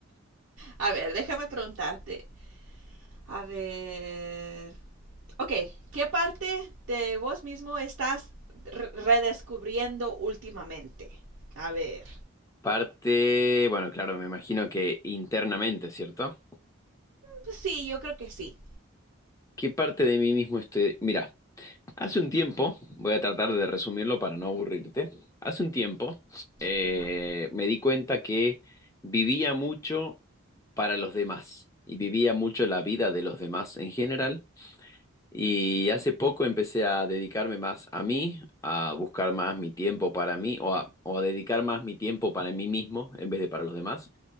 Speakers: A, on the right; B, on the left.
A: A ver, déjame preguntarte, a ver. Ok, ¿qué parte de vos mismo estás redescubriendo últimamente? A ver.
B: Parte, bueno, claro, me imagino que internamente, ¿cierto?
A: Pues sí, yo creo que sí.
B: ¿Qué parte de mí mismo estoy? Mira, hace un tiempo, voy a tratar de resumirlo para no aburrirte. Hace un tiempo eh,
A: Ajá.
B: me di cuenta que vivía mucho para los demás y vivía mucho la vida de los demás en general. Y hace poco empecé a dedicarme más a mí, a buscar más mi tiempo para mí o a, o a dedicar más mi tiempo para mí mismo en vez de para los demás.